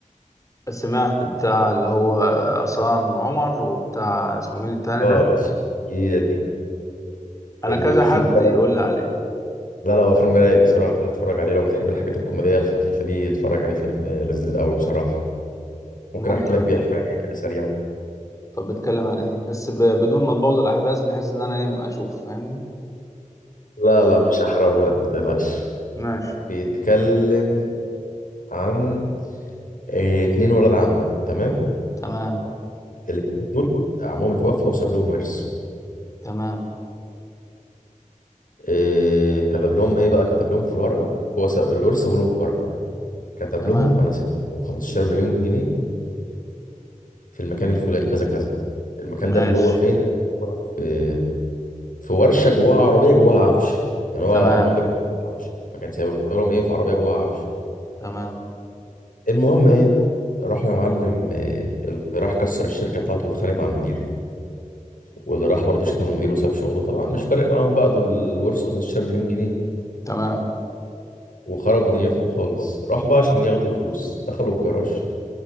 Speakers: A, on the left; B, on the left.
A: سمعت بتاع اللي هو عصام عمر وبتاع اسمه مين التاني
B: اه
A: ده
B: جديدة دي
A: انا
B: الفيلم
A: كذا حد
B: ده
A: يقول
B: رايق.
A: لي عليه
B: لا لا هو فيلم رايق بصراحة اتفرج عليه لو بتحب الحاجات الكوميدية الخفيفة دي اتفرج عليه فيلم لذيذ قوي بصراحة
A: ممكن
B: ممكن احكي لك بيحكي
A: أ-
B: عن ايه كده سريعا
A: طب بيتكلم عن ايه بس ب... بدون ما تبوظ الاحداث بحيث ان انا ايه اشوف فاهمني
B: لا لا مش هحرقه لك ما تقلقش
A: ماشي
B: بيتكلم عن آه، اتنين ولاد عم تمام
A: تمام
B: الاتنين دول عمهم اتوفى وساب لهم ورث
A: تمام
B: إيه كتب لهم ايه بقى كتب لهم في الورقه هو س- الورث سابوا لهم في ورقه كتب
A: تمام
B: لهم انا سبت لكم 15 مليون جنيه في المكان الفلاني كذا كذا المكان
A: ماشي
B: ده اللي هو فين هو في في ورشه جواها عربيه جواها عفش يعني هو
A: تمام
B: عمهم ده كان في عفش فكان سايب لهم ايه في عربيه جواها عفش
A: تمام
B: المهم ايه راحوا يا معلم إيه اللي راح كسر الشركه بتاعته واتخانق مع المدير واللي راح برضه شتم المدير وساب شغله طبعا مش فارق معاهم بقى دول الورث 15 مليون جنيه
A: تمام
B: وخربوا دنيتهم خالص راحوا بقى عشان ياخدوا الفلوس دخلوا الجراج